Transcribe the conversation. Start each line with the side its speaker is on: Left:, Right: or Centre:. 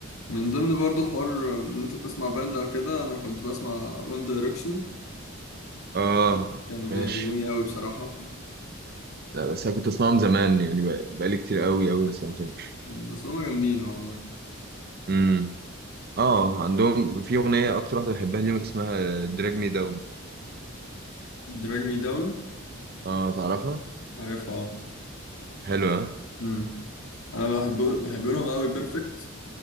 Left: من ضمن برضو حوار ان انت بتسمع باند او كده انا كنت بسمع وان دايركشن
Right: اه
Left: كانوا
Right: ماشي
Left: بيعجبوني قوي بصراحة
Right: لا بس انا كنت اسمعهم زمان يعني بق- بقالي كتير قوي قوي ما سمعتهمش
Left: بس هما جامدين والله
Right: امم اه عندهم في اغنيه اكتر واحده بحبها ليهم اسمها دراج مي داون
Left: دراج مي داون
Right: اه تعرفها
Left: عارفها اه
Right: حلوه
Left: امم انا بحب بحب لهم قوي بيرفكت